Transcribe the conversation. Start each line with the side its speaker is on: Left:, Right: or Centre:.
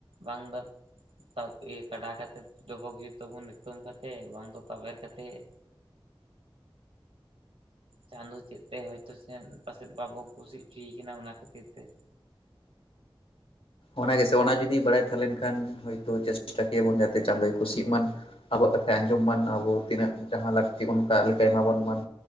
Right: ᱵᱟᱝ ᱫᱚ <inaudible> ᱤᱭᱟᱹ ᱠᱟᱰᱟ ᱠᱟᱛᱮᱫ, ᱰᱚᱵᱚᱜ ᱦᱩᱭᱩᱜ ᱛᱟᱵᱚᱱ ᱤᱠᱷᱲᱩᱢ ᱠᱟᱛᱮᱜ, ᱵᱟᱝ ᱫᱚ ᱛᱟᱵᱮᱨ ᱠᱟᱛᱮᱫ᱾ ᱪᱟᱸᱫᱳ ᱪᱮᱫᱽ ᱛᱮ ᱦᱚᱭᱛᱚ ᱥᱮᱫ ᱯᱟᱥᱮᱫ ᱵᱟᱵᱚ ᱠᱩᱥᱤ ᱦᱚᱪᱚᱭᱮ ᱠᱟᱱᱟ, ᱚᱱᱟ ᱠᱷᱟᱹᱛᱤᱨ ᱛᱮ᱾
Left: ᱚᱱᱟ ᱜᱮᱥᱮ ᱚᱱᱟ ᱡᱩᱫᱤ ᱵᱟᱲᱟᱭ ᱛᱟᱦᱮᱸ ᱞᱮᱱ ᱠᱷᱟᱱ ᱦᱳᱭ ᱛᱚ <inaudible> ᱠᱮᱭᱟᱵᱚᱱ ᱡᱟᱛᱮ ᱪᱟᱸᱫᱳᱭ ᱠᱩᱥᱤᱜ ᱢᱟᱱ ᱾ ᱟᱵᱚᱣᱟᱜ ᱠᱟᱛᱷᱟᱭ ᱟᱸᱡᱚᱢ ᱢᱟᱱ, ᱟᱵᱚ ᱛᱤᱱᱟᱹᱜ ᱡᱟᱦᱟᱸ ᱞᱟᱹᱠᱛᱤ ᱚᱱᱠᱟ ᱞᱮᱠᱟᱭ ᱮᱢᱟ ᱵᱚᱱ ᱢᱟᱱ᱾